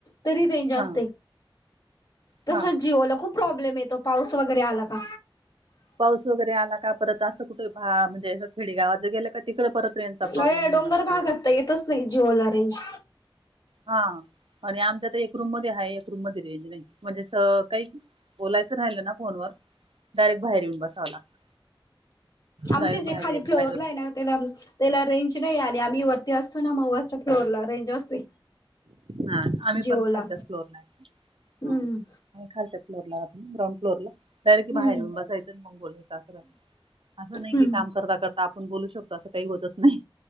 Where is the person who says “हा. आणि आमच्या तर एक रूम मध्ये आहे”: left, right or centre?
Right